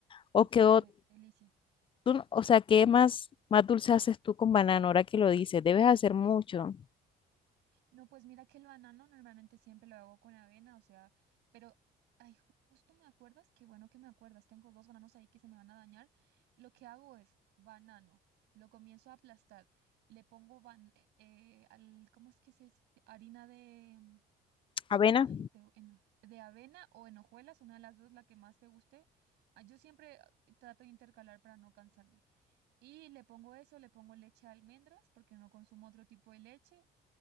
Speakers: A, on the left; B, on the right.
A: O
B: Uf,
A: que o,
B: qué delicia.
A: tú- no, o sea, ¿qué más, más dulce haces tú con banano ahora que lo dices? Debes hacer mucho.
B: No, pues mira que el banano normalmente siempre lo hago con avena, o sea, pero, ay, ju- justo me acuerdas, qué bueno que me acuerdas, tengo dos bananos ahí que se me van a dañar. Lo que hago es banano, lo comienzo a aplastar, le pongo ban eh, al, ¿cómo es que se dice? Harina de, mm,
A: Avena,
B: ay, de, o- en- de avena o en hojuelas, una de las dos, la que más te guste. Ah, Yo siempre ah, trato de intercalar para no cansarme. Y le pongo eso, le pongo leche de almendras porque no consumo otro tipo de leche